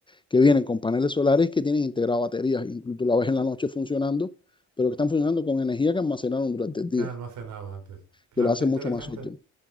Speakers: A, on the left; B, on the right.
A: que vienen con paneles solares que tienen integrado baterías, incluso la ves en la noche funcionando, pero que están funcionando con energía que almacenaron durante el día,
B: que han almacenado antes. Claro,
A: que lo hace
B: qué interesante.
A: mucho más útil.